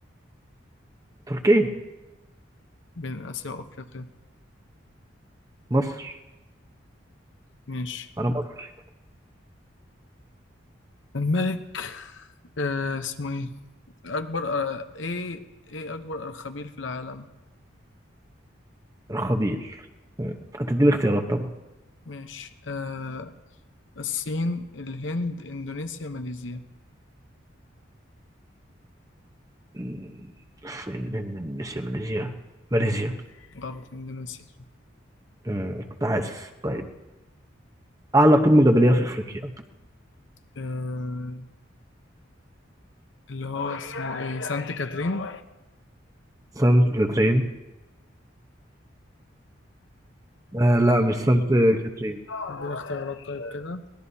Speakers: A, on the right (about 15°); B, on the left (about 70°).
A: تركيا
B: بين آسيا وأفريقيا
A: مصر
B: ماشي
A: انا مصر
B: الملك آه اسمه ايه أكبر آه ايه ايه أكبر أرخبيل في العالم
A: الخبيل مم. هتديني اختيارات طبعا
B: ماشي آه الصين الهند إندونيسيا ماليزيا
A: مم. الصين الهند اندونيسيا ماليزيا ماليزيا
B: مم. غلط إندونيسيا
A: مم، كنت حاسس طيب اعلى قمة جبلية في افريقيا
B: آه اللي هو اسمه ايه سانت كاترين
A: سانت كاترين آه لا مش سانت كاترين
B: ادينا اختيارات طيب كده